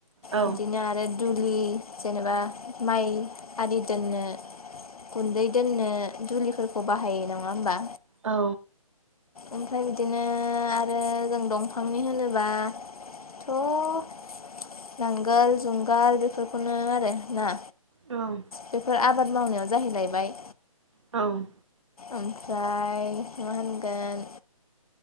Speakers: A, on the right; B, on the left.
A: औ
B: बिदिनो आरो दुलि जेनेबा माइ आरि दोननो गुन्दै दोननो दुलिफोरखौ बाहायो नंङा होमबा?
A: औ।
B: ओमफ्राय बिदिनो आरो जों दंफांनि होनोब्ला। थ' नांगोल जुंगाल बेफोरखौनो आरो ना
A: औ।
B: बेफोर आबाद मावनायाव जाहैलायबायो
A: औ।
B: ओमफ्राय मा होनगोन